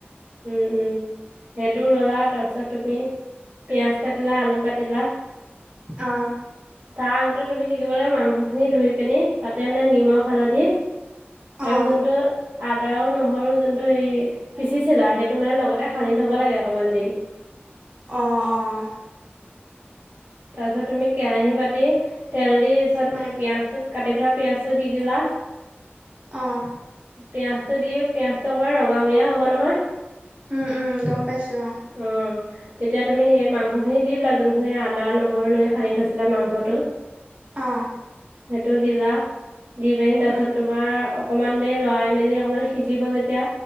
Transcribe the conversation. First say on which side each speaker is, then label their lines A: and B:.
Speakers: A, on the right; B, on the right.
A: উম উম। সেইটো ললা তাৰপিছত তুমি পিয়াজ কাটিলা, আলু কাটিলা
B: অ
A: তাৰ টো তুমি কি কৰিব লাগে মাংসখিনি ধুই পিনে তাতে মানে নিমখ, হালধি
B: অ
A: আৰু
B: অ
A: যোনটো আদা আৰু নহৰু যোনটো হেৰি পিচিছিলা সেইটো মানে লগতে সানি থব লাগে অকণমান দেৰি।
B: অ', অ',
A: তাৰপিছত তুমি কেৰাহী পাতি তেল দি পিছত
B: উম,
A: সেই পিয়াজটো কাটি থোৱা পিয়াজটো দি দিলা।
B: অ',
A: পিয়াজটো দি পিয়াজটো একেবাৰে ৰঙামূৰীয়া হব নহয়।
B: উম উম গম পাইছো অ।
A: অ তেতিয়া তুমি সেই মাংসখিনি দিলা যোনখিনি আদা, নহৰু এনেকে সানি থৈছিলা মাংসটো।
B: অ',
A: সেইটো দিলা। দি পিনি তাৰপিছত
B: উম,
A: তোমাৰ অকমান দেৰি লৰাই মেলি অকমান সিজিব যেতিয়া,